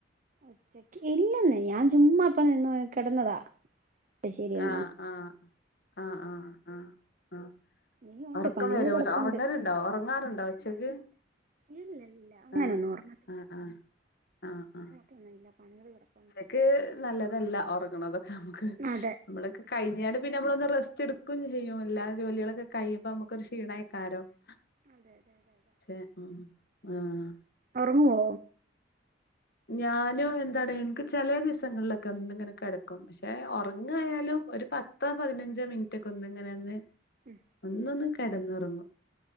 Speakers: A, on the right; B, on the left.
A: ഉച്ചക്ക് ഇല്ലെന്നേ ഞാൻ ചുമ്മ ഇപ്പ നിന്നു പോയി കിടന്നതാ ശരിയാ
B: ആഹ് ആഹ് ആഹ് ആഹ് ആഹ് ആഹ്
A: ഇനിയുണ്ട്
B: ഒറക്കം
A: പണികൾ
B: വരോ?
A: കിടപ്പുണ്ട്
B: ഒറങ്ങലുണ്ടോ ഒറങ്ങാറുണ്ടോ ഉച്ചക്ക്?
A: ഇല്ലലില്ല. അങ്ങനെ
B: ആഹ്
A: ഒന്നും ഒറ്ങ്ങത്തില്ല.
B: ആഹ് ആഹ് ആഹ് ആഹ്
A: തുണയില്ല പണികള് കെടക്ക്.
B: ഉച്ചെക്ക് നല്ലതല്ല, ഒറ്ങ്ങ്ണതൊക്കെ നമ്മക്ക്.
A: അതെ
B: നമ്മളൊക്കെ കഴിഞ്ഞാണ്ട് പിന്നെ നമ്മളൊന്ന് റെസ്റ്റെടുക്കും ചെയ്യും എല്ലാ ജോലികളക്കെ കഴിമ്പോ നമുക്കൊരുക്ഷീണാക്കാരം <inaudible>
A: അതെ അതെ അതെ അതെ
B: ചേ ഉം ആഹ്
A: ഒറങ്ങോ?
B: ഞാനും എന്താണ് ഇൻക്ക് ചെലെ ദിവസങ്ങളിലൊക്കെ ഒന്നിങ്ങനെ കെടക്കും പക്ഷെ ഒറങ്ങയാലും ഒരു പത്തോ പതിനഞ്ചോ മിനിറ്റ് ഒക്കെ ഒന്ന് ഇങ്ങനെന്ന്
A: ഉം
B: ഒന്നൊന്ന് കെടന്നൊറങ്ങും